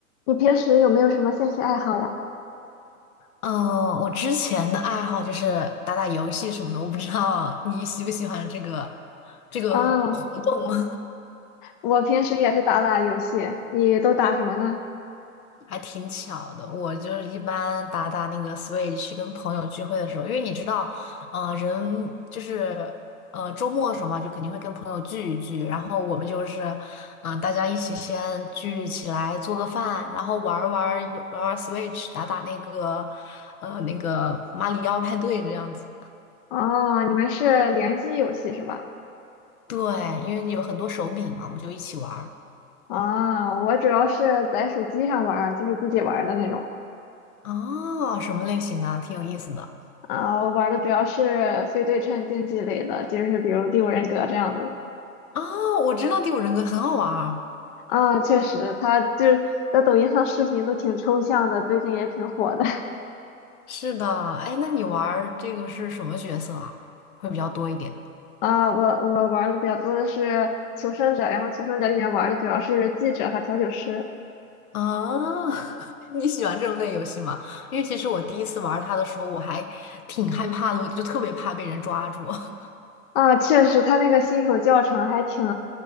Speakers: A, on the left; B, on the left.
A: 你平时有没有什么兴趣爱好呀？
B: 嗯，我之前的爱好就是打打游戏什么的，我不知道你喜不喜欢这个这个活动，
A: 啊，我平时也是打打游戏，你都打什么呢？
B: <laughs> 还挺巧的。我就是一般打打那个 Switch，跟朋友聚会的时候，因为你知道，呃，人就是呃周末的时候嘛，就肯定会跟朋友聚一聚，然后我们就是嗯、呃大家一起先聚起来做个饭，然后玩儿玩儿游玩儿玩儿 Switch，打打那个呃那个马里奥派对这样子。
A: 哦，你们是联机游戏是吧？
B: 对，因为有很多手柄嘛，我们就一起玩儿。
A: 啊，我主要是在手机上玩儿，就是自己玩儿的那种。
B: 哦，什么类型的？挺有意思的。
A: 啊，我玩儿的主要是非对称竞技类的，就是比如《第五人格》这样的。
B: 哦，我知道第五人格很好玩儿。
A: 啊，确实，他就是在抖音上视频都挺抽象的，最近也挺火的。
B: 是的，哎，那你玩儿这个是什么角色啊？会比较多一点
A: <laughs> 啊，我我玩儿的比较多的是《求生者》，然后《求生者》里面玩儿的主要是记者和调酒师。
B: 啊？<laughs> 你喜欢这种类游戏吗？因为其实我第一次玩它的时候，我还挺害怕的，我就特别怕被人抓住。<laughs>
A: 啊，确实，他那个新手教程还挺